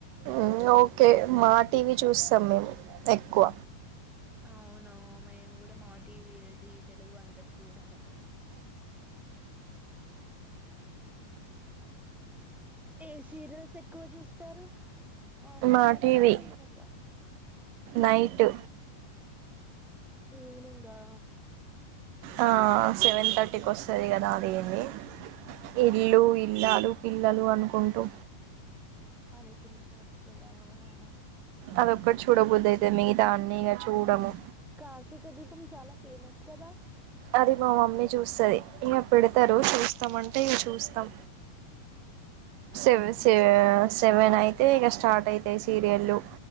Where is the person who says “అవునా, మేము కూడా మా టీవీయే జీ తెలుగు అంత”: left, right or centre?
Centre